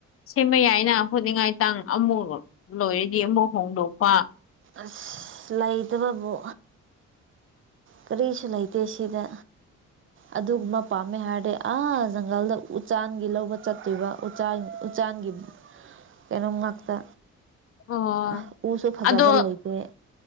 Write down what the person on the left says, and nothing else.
ꯁꯦꯝꯕ ꯌꯥꯏꯅ ꯍꯣꯠꯅꯤꯡꯉꯥꯏꯇꯥꯡ ꯑꯃꯨꯛ ꯂꯣꯏꯔꯗꯤ ꯑꯃꯨꯛ ꯍꯣꯡꯗꯣꯛꯄ
ꯑꯣ
ꯑꯗꯣ